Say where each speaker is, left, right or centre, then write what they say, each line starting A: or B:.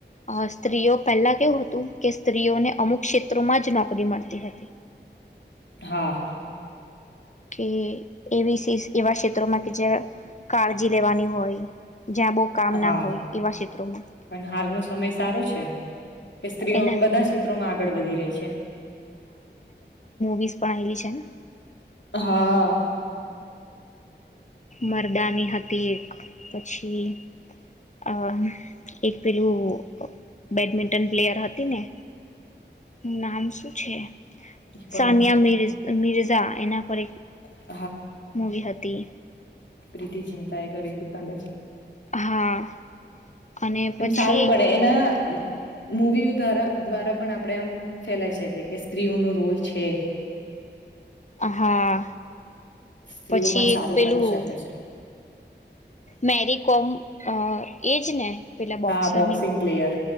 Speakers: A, on the left; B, on the left.
A: અ સ્ત્રીઓ પહેલા કેવું હતું કે સ્ત્રીઓને અમુક ક્ષેત્રોમાં જ નોકરી મળતી હતી.
B: હા
A: કે એવી એવા ક્ષેત્રોમાં કે જ્યા કાળજી લેવાની હોય જ્યાં બહુ કામ
B: હા
A: ના હોય એવા ક્ષેત્રોમાં
B: પણ હાલનો સમય સારો છે કે સ્ત્રીઓ
A: એના
B: આમ બધા ક્ષેત્રોમાં ગળ વધી રહી છે.
A: વીસ પણ આવેલી છે ને
B: હા.
A: મરદાની હતી એક પછી અ એક પેલું. બેડમિન્ટન પ્લેયર હતી ને નામ શું છે.
B: એ પણ
A: સાનિયા
B: મ
A: મિર્ઝ મિર્ઝા એના પરે
B: <inaudible>
A: મૂવી હતી.
B: રીતિ ચિંતા એ કરી થી કાલે જ.
A: હા. અને પછી
B: એમ સારું પડે એના મૂવી. દ્વારા દ્વારા પણ આપડે એમ. ફેલાઈ શકે કે સ્ત્રીઓનો રોલ છે
A: હા.
B: સ્ત્રીઓ
A: પછી
B: પણ સારું
A: એક પેલું
B: કરી શકે છે
A: મેરીકોમ અ એજ ને પેલા બોક્સરની
B: હા બોક્સિંગ પ્લેયર